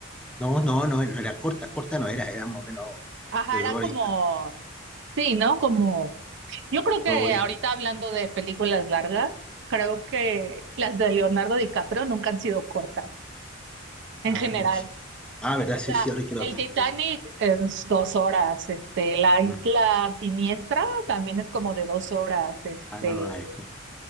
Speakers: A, in the centre; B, on the right.
A: no, no, no, no era corta, corta no era, era más o menos
B: Ajá,
A: de
B: era
A: dos horas
B: como
A: y tanto,
B: Sí, ¿no? Como yo creo que
A: dos horas
B: ahorita
A: y tanto.
B: hablando de películas largas, creo que las de Leonardo DiCaprio nunca han sido cortas, en
A: Ah,
B: general.
A: no sé. Ah, verdad,
B: O
A: sí,
B: sea,
A: sí, ahora que lo
B: el
A: pienso,
B: Titanic
A: sí.
B: es dos horas, este, la Isla
A: Mm.
B: Siniestra también es como de dos horas, este,
A: Ah, no, no, no, esto.